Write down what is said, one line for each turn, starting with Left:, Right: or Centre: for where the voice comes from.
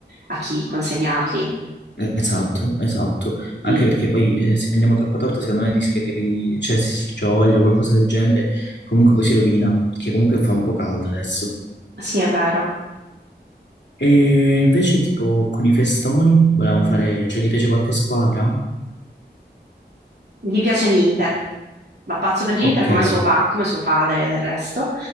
Right: a chi consegnarli.
Left: Eh, Esatto, esatto. Anche
Right: Mm,
Left: perché poi eh, se prendiamo troppa torta secondo me rischia che poi- cioè, se si scioglie o qualcosa del genere, comunque poi si rovina, perché comunque fa un po' caldo adesso.
Right: sì, è vero.
Left: E invece tipo con i festoni volevamo fare, cioè gli piace qualche squadra?
Right: Gli piace l'Inter, va pazzo per l'Inter
Left: Ok,
Right: come suo, pa- come suo padre del resto,